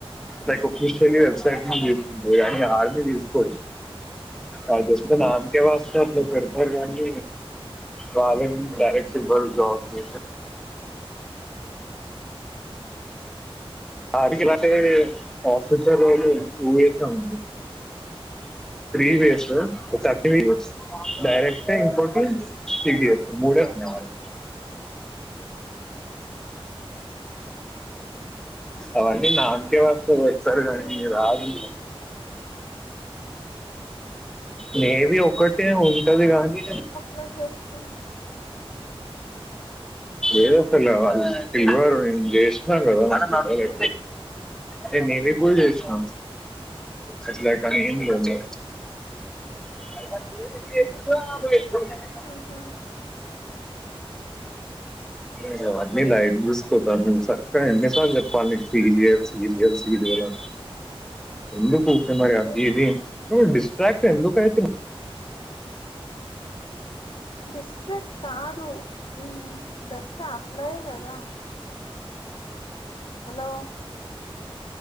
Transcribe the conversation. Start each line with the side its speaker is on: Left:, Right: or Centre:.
Centre: లైక్ ఓఫీషియల్లి వెబ్సైట్ ను తీసుకుంటది కానీ ఆర్మీ తీసుకోదు ఆ జస్ట్ నామ్ కే వాసు కే అట్ల పెడతారు కానీ వాళ్లేమీ డైరెక్ట్ ఇవ్వరు జాబ్స్ ఏతే ఆ <unintelligible> ఆఫీసర్ రోలు ఏంది టూ ఇయర్స్ ఐ ఉంది త్రీ వేస్ ఓ సర్టిఫికెట్స్ డైరెక్ట్ ఇంకోటి సి డీ యాసి మూడే ఉన్నాయి అవన్నీ నామ్ కే వాస్కే పెడతారు కానీ
Left: ఊహు
Centre: రావు నే వి ఒక్కటే ఉంటది గాని
Left: లో చేసుకున్
Centre: ఏదో పిల్ల వాళ్ళు పిల్లోడు నేను చేసినా కదా <unintelligible> నేను నేవీ కూడా చేసినా ఎట్ల పని ఏమి లేదు ఎ
Left: ఉహు
Centre: ఇంకా అవి అని లైట్ తీసుకో <unintelligible> సక్కగా ఎన్ని సార్లు చెప్పాలా నీకి <unintelligible> సీరియల్ సీరియల్ ఆన్ ఎందుకు ఊకనే
Left: సీరియల్
Centre: మరి అవి ఇవి
Left: కానీ
Centre: నువ్వు డిస్ట్రాక్ట్ ఎందుకు అవుతున్నావ్
Left: డిస్ట్రాక్ట్ కాదు ఉ జస్ట్ అప్లై కదా హలో